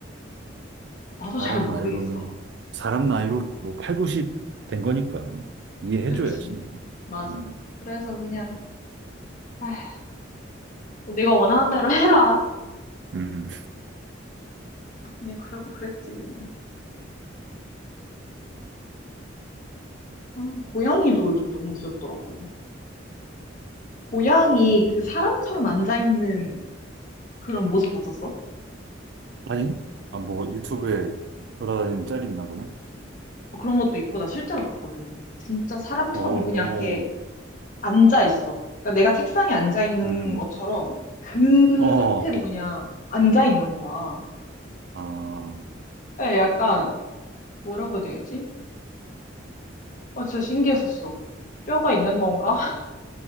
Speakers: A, on the left; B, on the right.
A: 나도
B: 사람
A: 잘 모르겠어.
B: 나이로는, 사람
A: 음.
B: 나이로 뭐 8, 90 된 거니까 이해해줘야지.
A: 그치.
B: 뭐.
A: 맞아.
B: 음,
A: 그래서 그냥,
B: 음.
A: 아휴, 뭐 네가 원하는 대로 <laughs> 해라.
B: 음.
A: 그냥 그러고 그랬지, 그냥. 아, 고양이도 요즘 너무 귀엽더라고. 고양이
B: 음.
A: 그 사람처럼 앉아있는 그런 모습 봤었어?
B: 아니? 아, 뭐 유튜브에 돌아다니는 짤이 있나 보네?
A: 어, 그런 것도 있고, 나 실제로 봤거든. 진짜 사람처럼
B: 어,
A: 그냥 이렇게 앉아있어. 그러니까 내가 책상에 앉아있는
B: 음,
A: 것처럼 그
B: 어,
A: 상태로 그냥 앉아있는 거야.
B: 아,
A: 그러니까 약간, 뭐라고 해야 되지? 아, 진짜 신기했었어. 뼈가 있는 건가? <laughs>